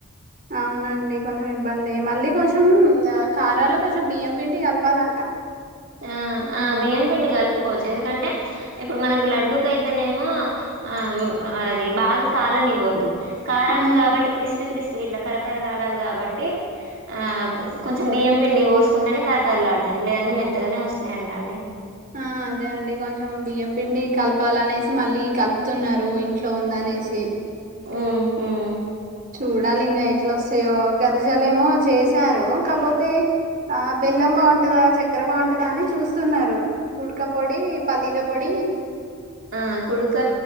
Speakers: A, on the right (about 40°); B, on the right (about 60°).
A: అవునండి కొంచెం ఇబ్బంది మళ్ళీ కొంచెం కారాలో కొంచెం బియ్యం పిండి కలపాలంట
B: ఆ ఆ బియ్యం పిండి కలుపుకోవచ్చు ఎందుకంటే ఇప్పుడు మనకు లడ్డుకయితేనేమో ఆ అది బాగా కాలనివ్వద్దు కారాకు
A: మ్మ్
B: కాబట్టి క్రిస్పీ క్రిస్పి ఇట్లా కరకారలు ఆడాలి కాబట్టి ఆ కొంచెం బియ్యం పిండి పోసుకుంటేనే కరకరలాడతంది లేదంటే మెత్త మెత్తగానే వస్తాయింట అండి
A: ఆ అదే అండి కొంచెం బియ్యం పిండి కలపాలనేసి మళ్ళీ కలుపుతున్నారు ఇంట్లో ఉందనేసి
B: మ్ మ్
A: చూడాలి ఇంకా ఎట్లా వస్తాయో గర్జాలేమో చేశారు కాకపోతే ఆ బెల్లం బావుంటందా చక్కెర బావుటందా అని చూస్తున్నారు కుడుకా పొడి పల్లీల పొడి
B: ఆ కుడుక